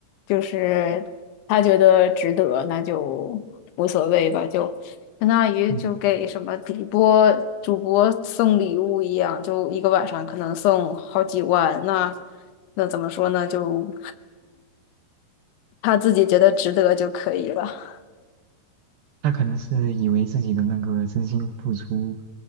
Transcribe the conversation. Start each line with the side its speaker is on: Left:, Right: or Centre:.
Left: 就是他觉得值得，那就无所谓吧，就相当于就给什么主播主播送礼物一样，
Right: 嗯。
Left: 就一个晚上可能送好几万，那那怎么说呢？就 <laughs> 他自己觉得值得就可以了。
Right: 他可能是以为自己的那个真心付出